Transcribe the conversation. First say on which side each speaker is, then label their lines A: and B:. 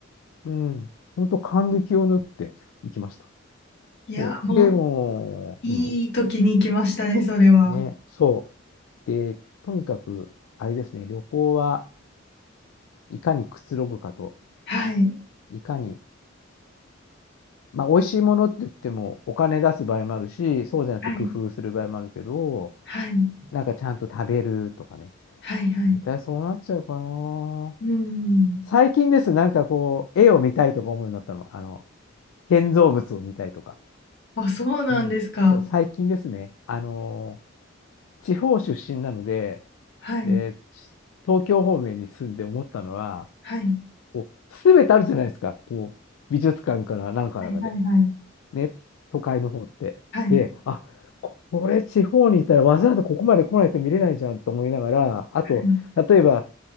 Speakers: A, on the left; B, on the left.
A: うん。本当感激を縫っていきました。
B: いや、
A: そう。
B: もう
A: でもう、
B: いい時に来ましたね、
A: うん
B: それは。
A: ね、そう。で、とにかく、あれですね、旅行はいかにくつろぐかと、
B: はい、
A: いかに、まあ、美味しいものって言っても、お金出す場合もあるし、そうじゃなくて工夫する場合もあるけど、
B: はい、はい、
A: なんかちゃんと食べるとかね、
B: はい、はい。
A: 大体そうなっちゃうかな。
B: うん。
A: 最近です、なんかこう、絵を見たいとか思うようになったの、あの、建造物を見たいとか。
B: あ、そうなんですか。
A: うん、そう、最近ですね、あのー地方出身なので、
B: はい。
A: えー東京方面に住んで思ったのは、
B: はい。
A: こう、すべてあるじゃないですか。こう、美術館からなんからまで。
B: はい。はい。はい。
A: ね、都会の方って。
B: はい。
A: で、あ、これ地方にいたらわざわざここまで来ないと見れないじゃんと思いながら、あと、
B: はい。
A: 例えば、